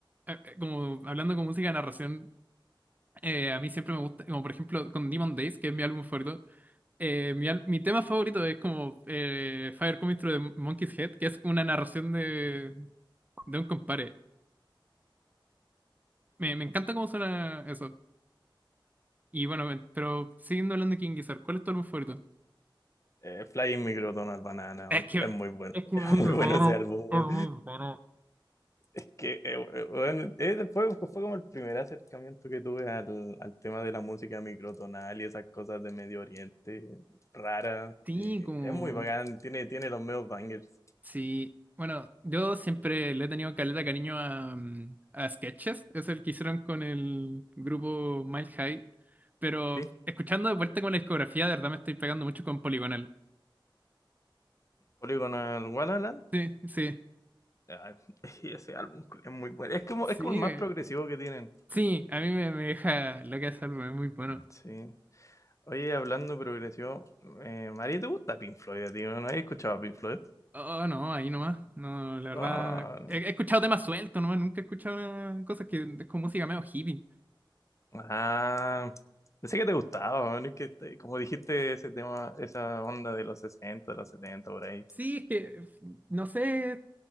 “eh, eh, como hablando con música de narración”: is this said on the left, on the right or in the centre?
Right